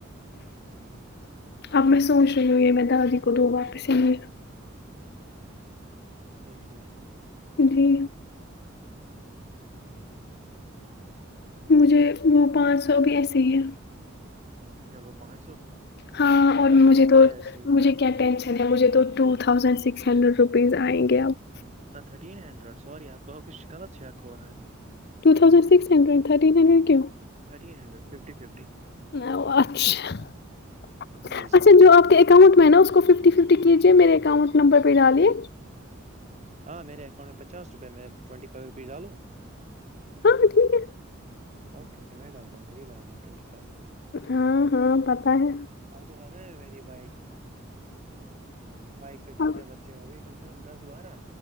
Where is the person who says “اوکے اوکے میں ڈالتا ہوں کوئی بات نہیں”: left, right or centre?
Right